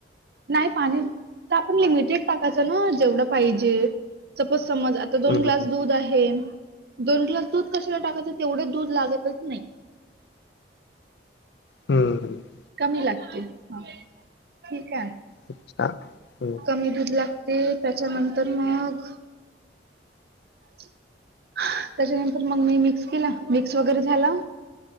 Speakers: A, on the right; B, on the left.
A: नाही पाणी ताप लिमिटेड टाकायचं ना जेवढं पाहिजे सपोज समज आता दोन
B: हं,
A: ग्लास
B: हं.
A: दूध आहे थेंब दोन ग्लास दूध कशाला टाकायचं तेवढे दूध लागतच नाही
B: हम्म ह
A: कमी लागते ह ठीक आहे
B: अच्छा हो
A: कमी दूध लागते त्याच्यानर मग त्याच्यानंतर मग मी मिक्स केला मिक्स वगैरे झाला